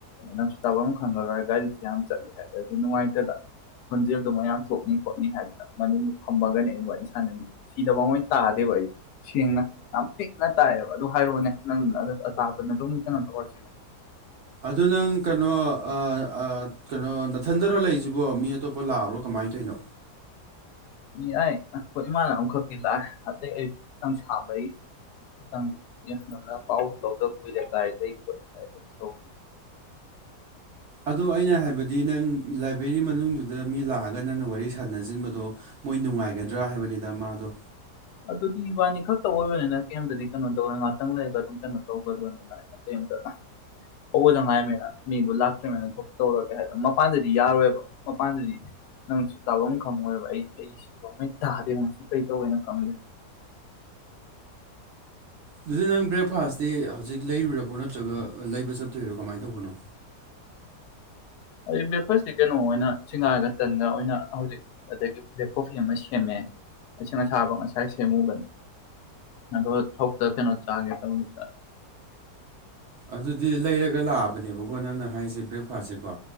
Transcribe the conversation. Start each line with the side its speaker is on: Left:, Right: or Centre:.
Left: ꯅꯪꯁꯨ ꯊꯥꯕꯝ ꯈꯪꯉꯔꯣꯏ ꯒꯥꯔꯤꯁꯨ ꯌꯥꯝ ꯆꯠꯂꯤ <unintelligible> ꯅꯨꯡꯉꯥꯏꯇꯗ ꯈꯣꯟꯖꯦꯜꯗꯣ ꯃꯌꯥꯝ ꯊꯣꯛꯅꯤ ꯈꯣꯠꯅꯤ ꯍꯥꯏꯕꯗ ꯃꯅꯨꯡꯗ ꯐꯝꯃꯒꯅꯦ ꯑꯩꯅ ꯋꯥꯔꯤ ꯁꯥꯅꯩꯁꯤ ꯁꯤꯗꯕꯥꯎꯃꯩ ꯇꯥꯗꯦꯕ ꯑꯩ ꯁꯦꯡꯅ ꯌꯥꯝ ꯄꯤꯛꯅ ꯇꯥꯏꯑꯕ ꯑꯗꯨ ꯍꯥꯏꯔꯣꯑꯣꯅꯦ ꯅꯪ ꯑꯇꯥꯥꯕꯅ ꯑꯗꯨꯝ ꯀꯩꯅꯣ ꯇꯧꯔꯁꯤꯅꯦ
Right: ꯑꯗꯨ ꯅꯪ ꯀꯩꯅꯣ ꯑꯥ ꯑꯥ ꯀꯩꯅꯣ ꯅꯊꯟꯗꯔꯣ ꯂꯩꯁꯤꯕꯣ ꯃꯤ ꯑꯇꯣꯞꯄ ꯂꯥꯛꯑꯕ꯭ꯔꯣ ꯀꯃꯥꯏꯅ ꯇꯧꯔꯤꯅꯣ
Left: ꯃꯤ ꯑꯥꯏ ꯑꯩꯈꯣꯏ ꯏꯃꯥꯅ ꯑꯃꯈꯛꯛꯇꯤ ꯂꯥꯛꯑꯦ ꯑꯇꯩ ꯑꯩ ꯈꯤꯇꯪ ꯁꯥꯝꯕꯛꯏ ꯈꯤꯇꯪ <unintelligible> ꯄꯥꯎ ꯂꯧꯗ ꯀꯨꯏꯔꯦ ꯀꯥꯏ ꯂꯩ ꯈꯣꯠꯂꯤ <unintelligible>
Right: ꯑꯗꯣ ꯑꯩꯅ ꯍꯥꯏꯕꯗꯤ ꯅꯪ ꯂꯥꯏꯕ꯭ꯔꯦꯔꯤ ꯃꯅꯨꯡꯗꯨꯗ ꯃꯤ ꯂꯥꯛꯑꯒ ꯅꯪꯅ ꯋꯥꯔꯤ ꯁꯥꯟꯅꯁꯤꯟꯕꯗꯣ ꯃꯣꯏ ꯅꯨꯡꯉꯥꯏꯒꯗ꯭ꯔꯥ ꯍꯥꯏꯕꯅꯤꯗ ꯃꯥꯗꯣ
Left: ꯑꯗꯨꯗꯤ ꯏꯕꯥꯅꯤ ꯈꯛꯇ ꯑꯣꯏꯕꯅꯤꯅ ꯀꯩꯝꯇꯗꯤ ꯀꯩꯅꯣ ꯇꯧꯔ ꯉꯍꯥꯛꯇꯪ ꯂꯩꯔꯒ ꯑꯗꯨꯝ ꯀꯩꯅꯣ ꯇꯧꯒꯗ꯭ꯔꯅꯤꯗ <unintelligible> ꯀꯩꯝꯇ ꯍꯧꯕꯗ ꯉꯥꯏꯔꯤꯃꯦꯅ ꯃꯤꯗꯣ ꯂꯥꯛꯇ꯭ꯔꯤꯃꯅ ꯊꯣꯛ ꯇꯧꯔꯒꯦ ꯍꯥꯏꯗꯣ ꯃꯄꯥꯟꯗꯗꯤ ꯌꯥꯔꯣꯏꯕ ꯃꯄꯥꯥꯟꯗꯗꯤ ꯅꯪꯁꯨ ꯇꯥꯐꯝ ꯈꯪꯉꯣꯏꯕ ꯑꯩ ꯑꯩ ꯁꯤꯐꯥꯎꯃꯩ ꯇꯥꯗꯦ ꯉꯁꯤ ꯀꯩ ꯇꯧꯕꯩꯅꯣ ꯈꯪꯗꯦ
Right: ꯑꯗꯨꯗꯤ ꯅꯪ ꯕ꯭ꯔꯦꯛ ꯐꯥꯁꯇꯤ ꯍꯧꯖꯤꯛ ꯂꯩꯔꯨꯔꯕꯣ ꯅꯠꯇ꯭ꯔꯒ ꯂꯩꯕ ꯆꯠꯇꯣꯏꯔꯣ ꯀꯃꯥꯏꯅ ꯇꯧꯕꯅꯣ
Left: ꯑꯩ ꯕ꯭ꯔꯦꯛ ꯐꯥꯁꯇꯤ ꯀꯩꯅꯣ ꯑꯣꯏꯅ ꯁꯤꯡꯉꯥꯔꯒ ꯇꯟꯒ ꯑꯣꯏꯅ ꯍꯧꯖꯤꯛ ꯑꯗꯒꯤ ꯕ꯭ꯂꯦꯛ ꯀꯣꯐꯤ ꯑꯃ ꯁꯦꯝꯃꯦ ꯏꯁꯤꯡ ꯑꯁꯥꯕ ꯉꯁꯥꯏ ꯁꯦꯝꯃꯨꯕꯅꯤ ꯑꯗꯣꯒ ꯍꯧꯇ ꯀꯩꯅꯣ ꯆꯥꯒꯦ ꯇꯧꯕꯗꯨꯗ
Right: ꯑꯗꯨꯗꯤ ꯂꯩꯔꯒ ꯂꯥꯛꯑꯕꯅꯦꯕꯀꯣ ꯅꯪꯅ ꯍꯥꯏꯁꯦ ꯕ꯭ꯔꯦꯛ ꯐꯥꯁꯁꯦꯀꯣ